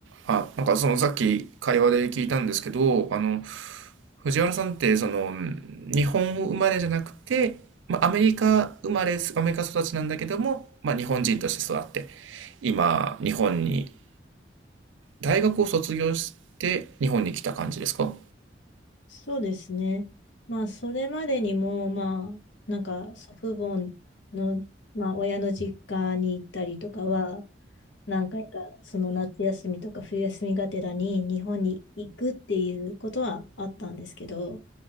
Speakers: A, on the right; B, on the left.
A: あ、なんかそのさっき会話で聞いたんですけど、あの、藤原さんってその、うん日本生まれじゃなくて、まあ、アメリカ生まれ、アメリカ育ちなんだけども、まあ、日本人として育って、今、日本に、大学を卒業して日本に来た感じですか
B: そうですね。まあ、それまでにも、まあ、なんか祖父母の、まあ、親の実家に行ったりとかは、何回かその夏休みとか冬休みがてらに日本に行くっていうことはあったんですけど、